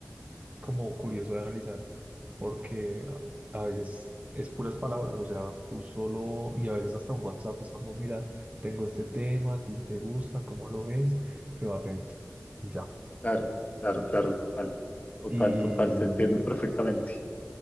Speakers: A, on the right; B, on the left.
A: como curioso de analizar, porque a, a veces es puras palabras, o sea, tú solo, y a veces hasta un WhatsApp es como, mira, tengo este tema, a ti te gusta, ¿cómo lo ves? Quedo atento, y ya.
B: claro, claro, claro, total, total,
A: Y,
B: total, te entiendo perfectamente.